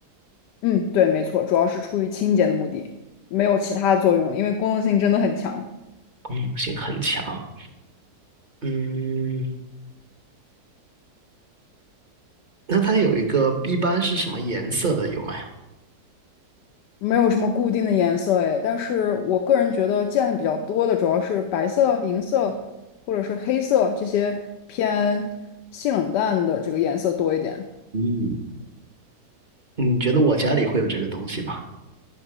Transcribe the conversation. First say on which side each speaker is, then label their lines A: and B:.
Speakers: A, on the left; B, on the right.
A: 嗯，对，没错，主要是出于清洁的目的，没有其他的作用了因为功能性真的很强。
B: 功能性很强。嗯，那它有一个一般是什么颜色的有没有？
A: 没有什么固定的颜色哎，但是我个人觉得见的比较多的主要是白色、银色或者是黑色这些偏性冷淡的这个颜色多一点。
B: 嗯，你觉得我家里会有这个东西吗？